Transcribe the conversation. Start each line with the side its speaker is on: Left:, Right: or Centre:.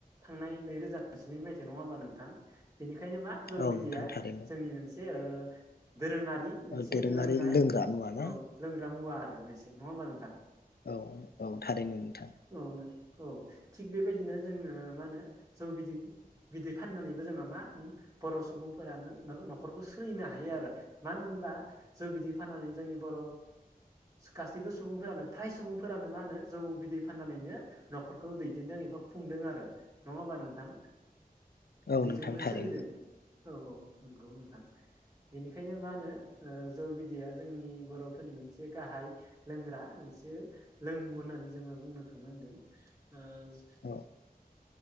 Right: थांनाय नैरोजा जिनै मायथाइ नङा होनबा नोंथां बेनिखाय बेखायनो मा जौ
Left: औ
Right: बिदैया
Left: नोंथां थारैनो
Right: जोंनि मोनसे - दोरोङारि मोनसे
Left: दोरोङारि
Right: लोंनाय
Left: लोंग्रा मुवा ना
Right: औ लोंग्रा मुवा आरो मोनसे नङा होमबा नोंथां?
Left: औ औ थारैनो नोंथां ।
Right: औनो औ थिग बेबायदिनो जोङो मा होनो जौ बिदै बिदै फाननानैबो जोङो मा । बर' सुबुंफोरा न'खरखौ सोलिनो हायो आरो मानो होनबा जों बिदि फाननानै जोंनि बर' गासैबो सुबुंफोरानो फ्राय सुबुंफोरानो मा होनो जौ बिदै फाननानैनो न'खरखौ दैदेनदों एबा खुंदों आरो नङा होमबा नोंथां?
Left: औ
Right: बेजोंनो
Left: नोंथां थारैनो
Right: सोलिदों औ औ नंगौ नोंथां। बेनिखायनो मा होनो जौ बिदैया जोंनि बर'फोरनि मोनसे गाहाय लोंग्रा एसे लोंमु होननानै जोङो बुंनो थांनांगोन ओह
Left: औ